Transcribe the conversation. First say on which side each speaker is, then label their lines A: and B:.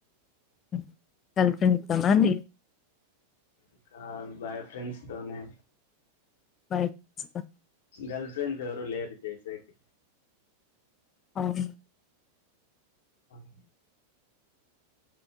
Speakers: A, on the left (about 25°); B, on the left (about 55°).
A: <unintelligible>
B: ఇంకా బాయ్ ఫ్రెండ్స్ తో నే
A: బయటస్ కా
B: గర్ల్ ఫ్రెండ్స్ ఎవరు లేరు చేసేకి
A: అవు
B: అ హ్మ్